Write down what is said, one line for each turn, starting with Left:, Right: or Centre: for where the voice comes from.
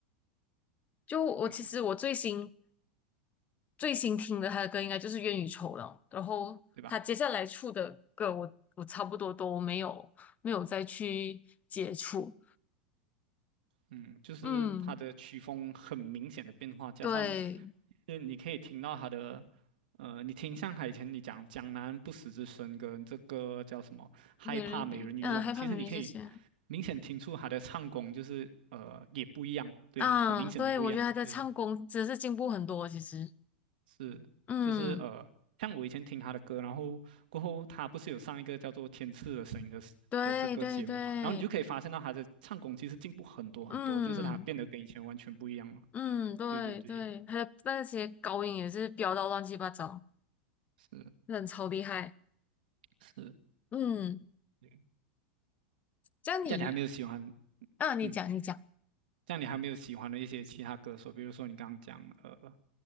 Left: 就我其实我最新
Right: 对对
Left: 最新听的他的歌应该就是《冤与仇》了，然后他接下来出的歌我我差不多都没有没有再去接触。
Right: 对吧？嗯，就是他的曲风很明显的变化，
Left: 嗯，
Right: 加上
Left: 对，
Right: 就是你可以听到他的，呃，你听像海前你讲江南不死之身跟这个叫什么害怕美人鱼这种，
Left: 美人鱼，嗯，害怕美人鱼这些
Right: 其实你可以明显听出他的唱功就是呃也不一样，对，
Left: 啊，
Right: 很明显的不一样，
Left: 对，我觉得他的唱功真是进步很多，
Right: 对。
Left: 其实，
Right: 是，
Left: 嗯，
Right: 就是呃，像我以前听他的歌，然后过后他不是有上一个叫做《天赐的声音》的 s-
Left: 对对对，
Right: 的这个节目啊，然后你就可以发现到他的唱功其实进步很多很多，
Left: 嗯
Right: 就是他变得跟以前完全不一样了。
Left: 嗯，对对，
Right: 对对对，
Left: 他的那些高音也是飙到乱七八糟，
Right: 是
Left: 真的超厉害，
Right: 是，
Left: 嗯。
Right: 对。
Left: 这样你，
Right: 这样你还没有喜欢，
Left: 啊，你讲，
Right: 嗯，
Left: 你讲。
Right: 这样你还没有喜欢的一些其他歌手，比如说你刚刚讲呃